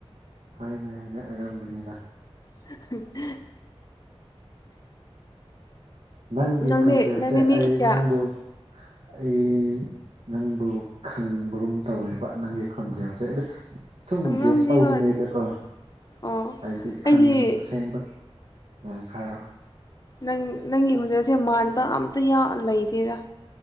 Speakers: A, on the right; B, on the left.
A: ꯍꯣꯏꯅꯦ ꯍꯣꯏꯅꯦ ꯑꯩꯔꯝꯒꯅꯤꯗ꯫
B: <unintelligible>
A: ꯅꯪꯒꯤ
B: ꯅꯪꯅꯦ
A: ꯀꯣꯟꯖꯦꯜꯁꯦ
B: ꯅꯪꯅꯦ ꯃꯤ
A: ꯑꯩ
B: ꯀꯌꯥ
A: ꯅꯪꯕꯨ ꯑꯩ ꯅꯪꯕꯨ ꯈꯪꯕꯒꯨꯝ ꯇꯧꯋꯦꯕ ꯅꯪꯒꯤ ꯈꯣꯟꯖꯦꯜꯁꯦ꯫ ꯁꯨꯝ
B: ꯉꯝꯅꯤ
A: ꯒꯦꯁ ꯇꯧꯕꯅꯦꯒꯀꯣ
B: ꯍꯣꯏ ꯑꯣ
A: ꯍꯥꯏꯕꯗꯤ
B: ꯑꯩꯗꯤ
A: ꯑꯁꯦꯡꯕꯒꯤ꯫ ꯎꯝ ꯍꯥꯏꯔꯣ꯫
B: ꯅꯪ ꯅꯪꯒꯤ ꯈꯣꯟꯖꯦꯜꯁꯦ ꯃꯥꯟꯕ ꯑꯝꯇ ꯌꯥꯎ ꯂꯩꯇꯦꯗ